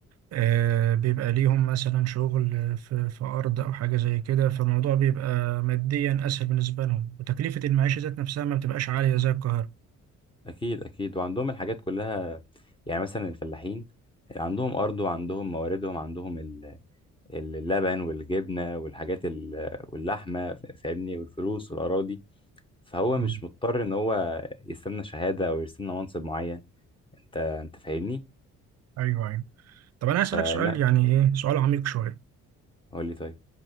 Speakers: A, on the right; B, on the left.
A: آه، بيبقى ليهم مثلا شغل في في أرض أو حاجة زي كده فالموضوع بيبقى ماديا أسهل بالنسبة لهم وتكلفة المعيشة ذات نفسها ما بتبقاش عالية زي القاهرة
B: اكيد اكيد وعندهم الحاجات كلها يعني مثلا الفلاحين عندهم ارض وعندهم مواردهم عندهم ال- اللبن والجبنه والحاجات ال- واللحمه فاهمني والفلوس والاراضي فهو
A: مم.
B: مش مضطر ان هو يستنى شهاده او يستنى منصب معين انت انت فاهمني
A: ايوه ايوه طب انا هسألك
B: فانا
A: سؤال يعني ايه سؤال عميق شويه
B: قول لي طيب